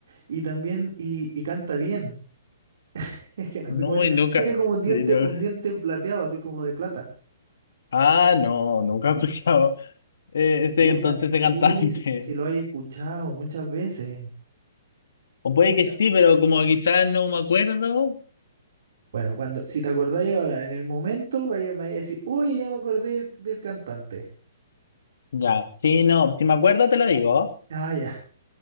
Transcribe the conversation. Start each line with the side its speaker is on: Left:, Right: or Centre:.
Right: y también y, y canta bien. <laughs> Es que no
Left: No,
Right: sé cómo decir.
Left: y nunca.
Right: Tiene como un diente,
Left: de- de-
Right: un diente plateado, así como de plata.
Left: Ah, no, nunca he <laughs> escuchado. eh, ese
Right: Muchas,
Left: entonces
Right: sí,
Left: ese cantante.
Right: sí, sí lo
Left: <laughs>
Right: hay escuchado muchas veces.
Left: O puede
Right: Muchas.
Left: que sí, pero como quizás no me acuerdo.
Right: Bueno, cuando, si te acordáis ahora, en el momento, vaya, me vaya a decir, oye, ya me acordé del, del cantante.
Left: Ya, sí, no, si me acuerdo te lo digo.
Right: Ah, ya.